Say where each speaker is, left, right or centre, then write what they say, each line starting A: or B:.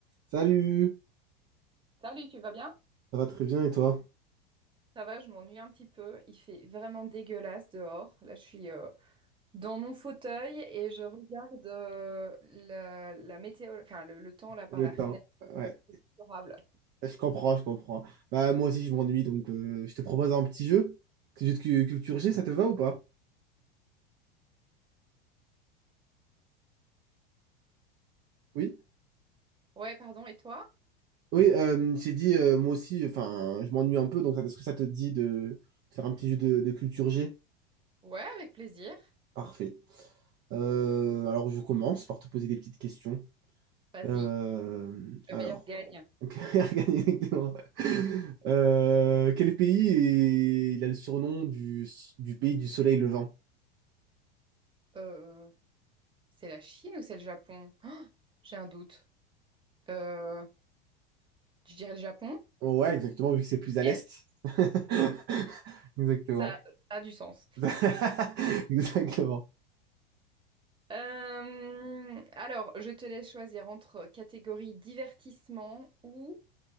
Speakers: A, on the right (about 35°); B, on the right (about 15°).
A: Salut,
B: Salut, tu vas bien?
A: ça va très bien et toi?
B: Ça va, je m'ennuie un petit peu. Il fait vraiment dégueulasse dehors. Là, je suis euh, dans mon fauteuil et je regarde euh, la, la météo, enfin le, le temps là par
A: Le
B: la fenêtre.
A: temps. Ouais.
B: C'est déplorable.
A: Je comprends, je comprends. Bah moi aussi je m'ennuie donc euh, je te propose un petit jeu. Petit jeu de cu- culture G, ça te va ou pas? Oui,
B: Ouais, pardon. Et toi?
A: Oui, euh, j'ai dit euh, moi aussi, enfin je m'ennuie un peu donc ça- est-ce que ça te dit de, de faire un petit jeu de, de culture G?
B: Ouais, avec plaisir.
A: Parfait. Euh, alors je commence par te poser des petites questions.
B: Vas-y,
A: Euh,
B: le
A: alors,
B: meilleur gagne.
A: <laughs> exactement. Euh, quel pays est- il a le surnom du, du pays du soleil levant?
B: Euh, c'est la Chine ou c'est le Japon? J'ai un doute. Euh, je dirais le Japon.
A: Ouais, exactement, vu que c'est plus à
B: Yes.
A: l'est. <laughs> Exactement.
B: Ça, ça a du sens.
A: <laughs> Exactement.
B: Euh, alors, je te laisse choisir entre catégorie divertissement ou